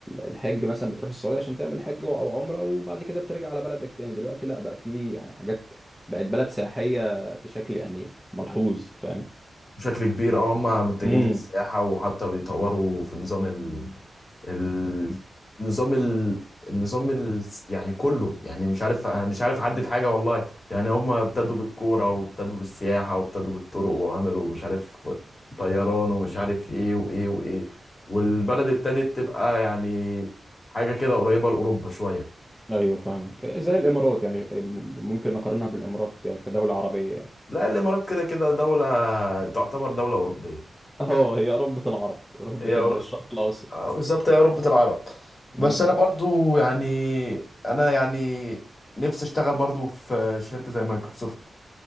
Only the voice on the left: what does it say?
بشكل كبير اه هم متجهين
للسياحة وحتى بيطوروا في نظام ال... ال... نظام ال... النظام ال... يعني كله يعني مش عارف انا مش عارف احدد حاجة والله يعني هم ابتدوا بالكورة وابتدوا بالسياحة وابتدوا بالطرق وعملوا مش عارف طيران ومش عارف ايه وايه وايه والبلد ابتدت تبقى يعني حاجة كده قريبة لأوروبا شوية
لا الإمارات كده كده دولة تعتبر دولة أوروبية
هي
آه بالظبط يا أوروبة العرب بس
أنا برضو يعني أنا يعني نفسي أشتغل برضو في شركة زي مايكروسوفت